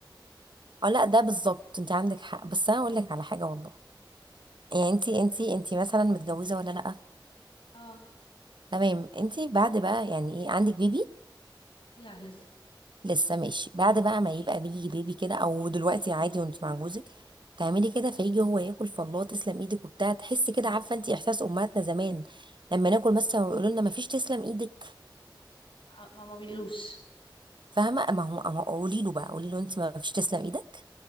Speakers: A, on the right; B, on the left.
A: <laughs> اه لا ده بالظبط انت عندك حق بس انا اقول لك على حاجه والله يعني انت انت انت مثلا متجوزه ولا لا
B: اه
A: تمام انت بعد بقى يعني ايه عندك بيبي
B: لا لسه
A: لسه ماشي بعد بقى ما يبقى بيجي بيبي كده او دلوقتي عادي وانت مع جوزك تعملي كده فيجي هو ياكل فالله تسلم ايدك وبتاع تحسي كده عارفه انت احساس امهاتنا زمان لما ناكل مثلا ويقولوا لنا ما فيش تسلم ايدك
B: آه ما ما بيقولوش
A: فاهمه ما هو قولي له بقى قولي له انت ما فيش تسلم ايدك